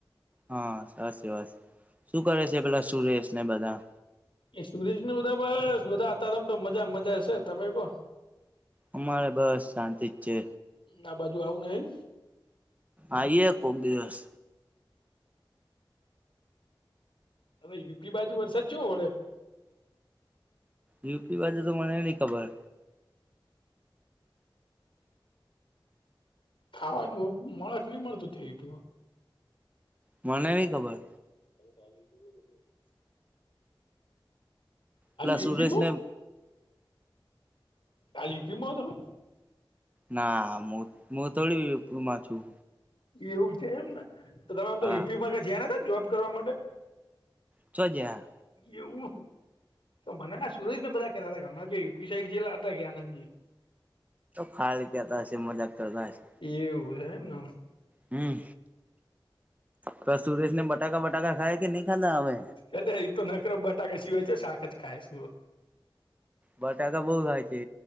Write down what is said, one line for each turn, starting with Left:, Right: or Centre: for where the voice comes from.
Right: હા સાસી વાત છે. શું કરે છે પેલા સુરેશ ને બધા.
Left: એ સુરેશ ને બધા બસ બધા આ તારમ તો મજા મજા છે તમે કો.
Right: અમારે બસ શાંતિ જ છે.
Left: આ બાજુ આવું નહી.
Right: આઇએ કોક દિવસ.
Left: હવે યુપી બાજુ વરસાદ કેવો વડે.
Right: યુપી બાજુ તો મને નહીં ખબર.
Left: ખાવાનું મળે કે નહી મળતું થેપિયો.
Right: મને ની ખબર.
Left: <unintelligible>
Right: પેલા સુરેશને.
Left: યુપીમાં કાલ યુપીમાં તમે.
Right: ના હું હું થોડી યુપીમાં છું.
Left: એવું છે એમ તો તમે આમ
Right: હા
Left: તો યુપીમાં ક જયા જોબ કરવા માટે.
Right: છો જ્યાં.
Left: એવું. તો મને હે સુરેશ ને બધા કેતા હતા કે હમણાં યુપી સાઈડ જેએલા હતા કે આનંદજી.
Right: ખાલી કેતા હશે. મજાક કરતા હશે.
Left: એવું છે એમનેમ.
Right: હમ્મ તો સુરેશ ને બટાકા-બટાકા ખાય કે નહી ખાધા હવે.
Left: અલે ઈતો નખરો બટાકા સિવાય ચ્યાં શાક જ ખાય સ.
Right: બટાકા બહુ ખાય છે